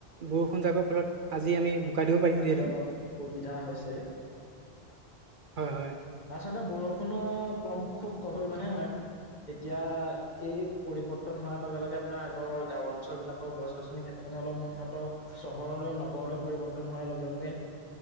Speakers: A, on the right (about 60°); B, on the left (about 45°).
A: বৰষুণ জাকৰ ফলত আজি আমি বোকা দিব পাৰিম
B: আজি
A: যিহেতু
B: অলপ সুবিধা হৈছে
A: হয়, হয়।
B: আচলতে বৰষুণো কম খুব কম পৰিমাণে হয়। এতিয়া এই পৰিৱৰ্তন হোৱাৰ লগে লগে আপোনাৰ আগৰ গাঁও অঞ্চলবিলাকৰ গছ-গছনি কাটি তাৰমানে অলপ উন্নত, চহৰলৈ নগৰলৈ পৰিৱৰ্তন হোৱাৰ লগে লগে